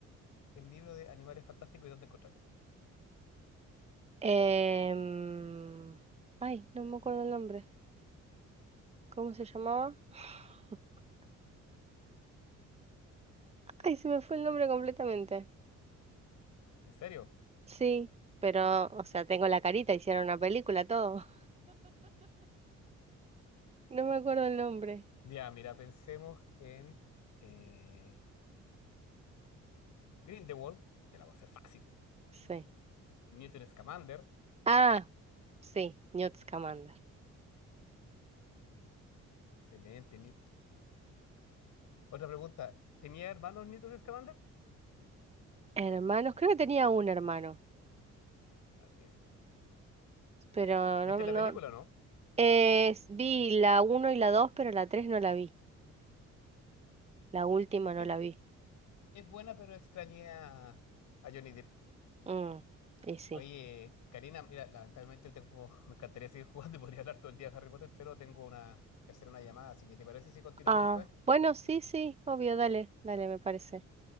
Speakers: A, on the left; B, on the right.
A: el libro de Animales Fantásticos y dónde encontrarlos?
B: Em, Ay, no me acuerdo el nombre. ¿Cómo se llamaba? <laughs> Ay, se me fue el nombre completamente.
A: ¿En serio?
B: Sí, pero, o sea, tengo la carita, hicieron una película, todo. <laughs> No me acuerdo el nombre.
A: Ya, mira, pensemos en eh, Grindelwald, te la voy a hacer fácil.
B: Sí.
A: Newton Scamander,
B: Ah, sí, Newt Scamander.
A: excelente. Newt- Otra pregunta, ¿tenía hermanos Newton Scamander?
B: Hermanos, creo que tenía un hermano,
A: Así es.
B: pero
A: ¿Viste
B: no,
A: la película
B: no.
A: o no?
B: eh, vi la uno y la 2, pero la 3 no la vi. La última no
A: Es,
B: la vi.
A: es buena, pero extrañé a, a Johnny Depp.
B: Mm, y sí.
A: Oye, Karina, mira, lamentablemente tengo, me encantaría seguir jugando y podría hablar todo el día de Harry Potter, pero tengo una, que hacer una llamada, así que ¿te parece si continuamos
B: Ah,
A: después?
B: bueno, sí, sí, obvio, dale, dale, me parece.